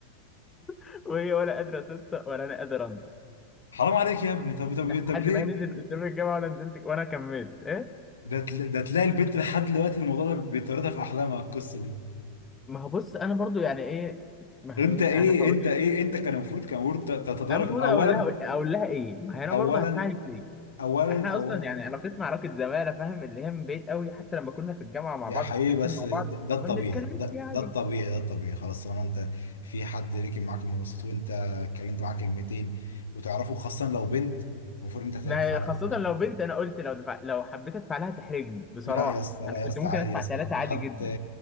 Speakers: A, on the left; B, on the left.
A: <laughs> وهي ولا قادره تنطق ولا انا قادر انطق
B: حرام عليك يا ابني طب طب
A: لحد
B: طب ليه
A: ما هي نزلت قدام الجامعه وانا نزلت وانا كملت ايه
B: ده تلا- ده تلاقي البت لحد دلوقتي الموضوع ده بيطاردها في احلامها القصه دي
A: ما هو بص انا برضو يعني ايه ما
B: انت
A: هي
B: ايه
A: انا هقول
B: انت ايه
A: لك
B: انت كان المفروض كان المفروض تت- تتدارك
A: انا المفروض
B: اولا
A: اقول لها إيه، اقول لها ايه ما هي انا
B: اولا
A: برضو هدفع لك ليه
B: اولا
A: احنا اصلا
B: اولا
A: يعني علاقتنا علاقه زماله فاهم اللي هي من بعيد قوي حتى لما كنا في الجامعه مع
B: يا
A: بعض
B: حقيقي
A: في السكشن
B: بس
A: مع
B: ده
A: بعض
B: ده الطبيعي
A: ما بنتكلمش
B: ده
A: يعني
B: ده الطبيعي ده الطبيعي خلاص طالما انت في حد ركب معاك المواصلات وانت اتكلمت معاه كلمتين وتعرفه خاصه لو بنت المفروض انت هتدفع
A: ما هي
B: لها
A: خاصه لو بنت انا قلت لو دفع لو حبيت ادفع لها تحرجني بصراحه
B: لا يا اسطى لا
A: انا
B: يا
A: كنت
B: اسطى
A: ممكن
B: عادي
A: ادفع
B: يا اسطى
A: ثلاثه عادي
B: هت
A: جدا